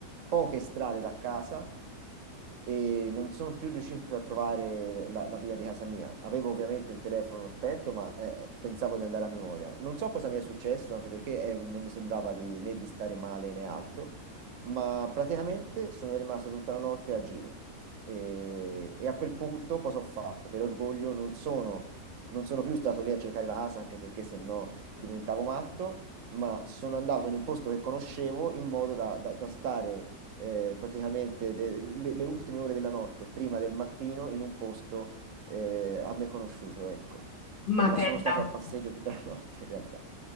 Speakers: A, on the right (about 65°); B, on the left (about 60°).
A: poche strade da casa e non sono più riuscito a trovare la, la via di casa mia. Avevo ovviamente il telefono spento, ma eh, pensavo di andare a memoria. Non so cosa mi è successo, anche perché eh, non mi sembrava di, né di stare male né altro, ma praticamente sono rimasto tutta la notte a giro. E, e a quel punto cosa ho fatto? Per orgoglio non sono, non sono più stato lì a cercare la casa, anche perché se no diventavo matto, ma sono andato in un posto che conoscevo in modo da, da- da stare eh, praticamente le, le- le ultime ore della notte, prima del mattino, in un posto eh, a me conosciuto, ecco.
B: Ma
A: Ma
B: pensa
A: sono stato
B: un
A: a passeggio
B: po'.
A: tutta la <laughs> notte in realtà.